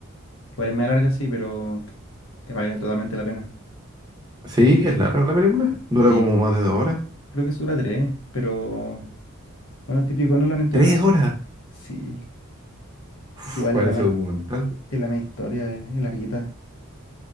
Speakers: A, on the left; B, on the right.
A: Igual es media larga, sí, pero eh, vale totalmente la pena.
B: sí, es larga la película, dura
A: Sí,
B: como más de dos horas,
A: creo que es dura tres, pero bueno, típico Nolan en todo
B: tres
A: caso.
B: horas,
A: Sí,
B: Uf,
A: igual
B: parece
A: es la, me-
B: documental,
A: es la media historia, es, es larguita.